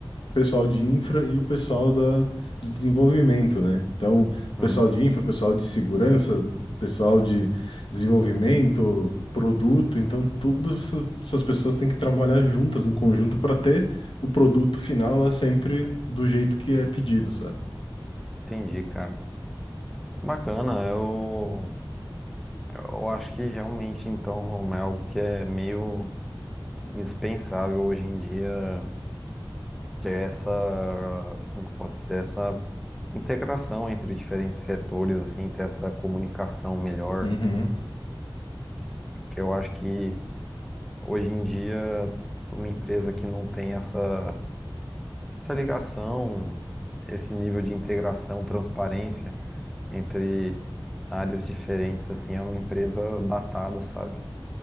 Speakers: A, on the left; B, in the centre.
A: pessoal de infra e o pessoal da, de desenvolvimento, né? Então,
B: Hum,
A: pessoal de infra, pessoal de segurança, pessoal de desenvolvimento, produto, então todas essa- essas pessoas têm que trabalhar juntas num conjunto para ter o produto final lá sempre do jeito que é pedido, sabe?
B: entendi, cara. Bacana, eu, eu acho que realmente, então, é algo que é meio. indispensável hoje em dia ter essa, como que eu posso dizer, essa integração entre diferentes setores, assim, ter essa comunicação melhor,
A: Uhum.
B: porque eu acho que hoje em dia uma empresa que não tem essa, essa ligação, esse nível de integração, transparência entre áreas diferentes, assim, é uma empresa datada, sabe?